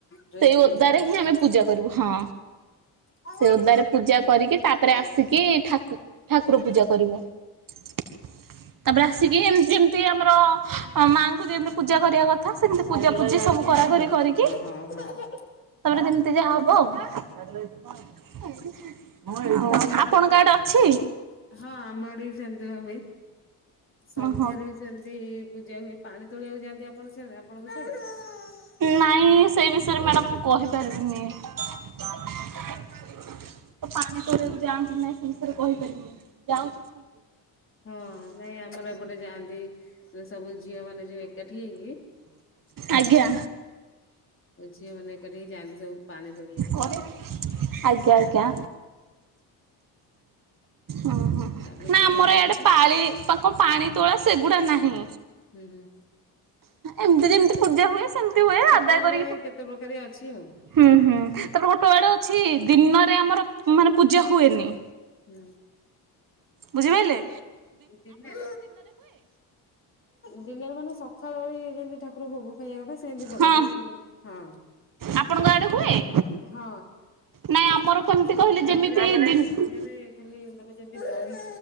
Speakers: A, on the left; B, on the right.
A: ଡ୍ରେସ୍
B: ସେଇ ଓଦାରେ
A: ଓଦା ଡ୍ରେସ୍
B: ହିଁ ଆମେ ପୂଜା କରିବୁ ହଁ।
A: ହଁ
B: ସେ ଓଦାରେ ପୂଜା କରିକି ତାପରେ
A: ହଁ
B: ଆସିକି
A: ହଁ
B: ଠାକୁ ଠାକୁର ପୂଜା କରିବ। ତାପରେ ଆସିକି ଏମତି ଯେମତି ଆମର ମାଙ୍କୁ ଯେମିତି ପୂଜା କରିବା କ ଥା ସେମିତି ପୂଜା ପୂଜି ସବୁ କରା କରି କରିକି
A: ହଁ
B: ତାପରେ ଯେମିତି ଯାହା ହବ ଆଉ <unintelligible> ପଣଙ୍କ ଆଡେ ଅଛି।
A: ହଁ ଆମ ଆଡେ ବି ସେମତିଆ ହୁଏ ସନ୍ଧ୍ୟାରେ
B: ଓହୋ
A: ବି ଯେମିତି ପୂଜା ହୁଏ ପାଣି ତୋଳିଆକୁ ଯାଆନ୍ତି ଆପଣ ସିଆଡେ ଆପଣଙ୍କ ସିଆଡେ।
B: ନାଇଁ ସେଇ ବିଷୟରେ ମ୍ୟାଡାାମ ମୁଁ କହିପାରିବିନି। ତ ପାଣି ତୋଳିବାକୁ ଯାନ୍ତି ନାଇଁ ସେ ବିଷୟରେ କହିପାରିବିନି ଯାଉଚି <unintelligible>
A: ହଁ ନାଇଁ ଆମର ଏପଟେ ଯାଆନ୍ତି ସେ ସବୁ ଝିଅ ମାନେ ଯିବେ ଏକାଠି ହେଇକି।
B: ଆଜ୍ଞା।
A: ଝିଅ ମାନେ ଏକାଠି ହେଇକି ଯାଆନ୍ତି ସବୁ ପାଣି ତଳେଇବାକୁ।
B: ଆଜ୍ଞା ଆଜ୍ଞା। ଉଁ ହୁଁ
A: ତାପରେ
B: ନା
A: ପୂଜା
B: ଆମର
A: କରନ୍ତି
B: ଇଆଡେ ପାଳି ପା କଣ ପାଣି ତୋଳା ସେଗୁଡ଼ା ନାହିଁ।
A: ହୁଁ ହୁଁ।
B: ଏମିତି ରେ ଏମିତି ପୂଜା ହୁଏ। ସେମିତି ହୁଏ
A: କେତେ
B: ଆଦାୟ
A: ଆଡେ
B: କରିକି
A: କେତେ ପ୍ରକାରିଆ ଅଛି ଆଉ।
B: ହୁଁ ହୁଁ ତାପ ଗୋଟୋ ଆଡେ ଅଛି ଦିନରେ ଆମର ମାନେ ପୂଜା ହୁଏନି।
A: ହୁଁ।
B: ବୁଝିପାଇଲେ।
A: ଦିନ ଦିନରେ ମାନେ ସଖାଳ ବୋଳି ଯେମିତି ଠାକୁର ଭୋଗ କରିବା କଥା ସେନ୍ତି କରନ୍ତି
B: ହଁ
A: ହଁ।
B: ଆପଣଙ୍କ ଆଡେ ହୁଏ?
A: ହଁ
B: ନାଇଁ ଆମର
A: ତାପରେ
B: କେମିତି କହିଲେ ଯେମିତି ଦିନ
A: ସ ନ୍ଧ୍ୟା ରେ ଖାଲି ମାନେ ଯେନ୍ତି ବହି